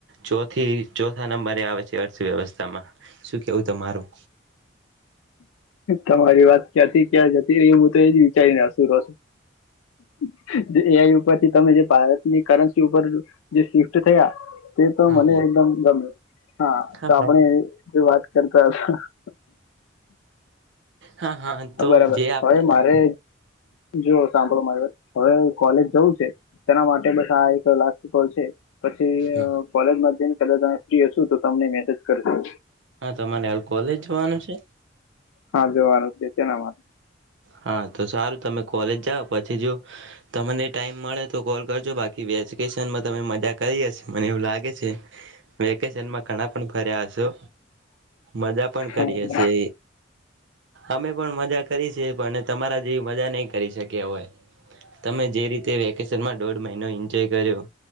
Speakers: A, on the right (about 65°); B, on the left (about 80°).
A: ચોથી ચોથા નંબરે આવે છે અર્થવ્યવસ્થામાં શું કેવું તમારું
B: તમારી વાત ક્યાંથી ક્યાં જતી રહી હું તો એ જ વિચારીને અસુરો છું જે એઆઈ ઉપરથી તમે જે ભારતની કરન્સી ઉપર જે શિફ્ટ થયા તે તો
A: હા
B: મને એકદમ ગમે હા
A: હા
B: તો આપણે
A: હા
B: જે વાત કરતા હતા
A: હા હા તો
B: બરાબર
A: જે આપણે
B: હવે મારે જો સાંભળો મારી વાત હવે કોલેજ જવું છે તેના માટે બસ આ એક લાસ્ટ કોલ છે પછી
A: હા
B: કોલેજમાં જઈને કદાચ તમે ફ્રી હશો તો તમને મેસેજ કરજો
A: હા તમારે હાલ કોલેજ જવાનું છે
B: હા જવાનું છે તેના માટે
A: હા તો સારું તમે કોલેજ જાઓ પછી જો તમને ટાઈમ મળે તો કોલ કરજો બાકી વેકેશનમાં તમે મજા કરી હશે મને એવું લાગે છે વેકેશનમાં ઘણા પણ ફર્યા હશો મજા પણ
B: હા
A: કરી હશે અમે પણ મજા કરી છે પણ તમારા જેવી મજા નહીં કરી શક્યા હોય તમે જે રીતે વેકેશનમાં દોઢ મહિનો એન્જોય કર્યો